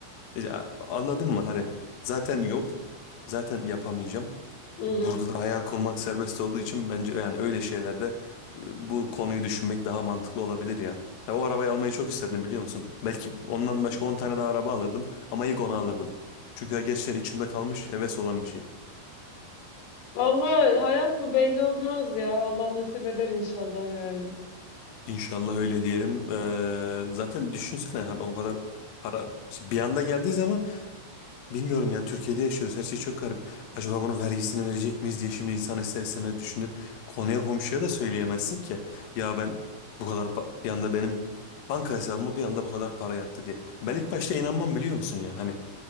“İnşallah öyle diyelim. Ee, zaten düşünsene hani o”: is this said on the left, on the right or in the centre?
Left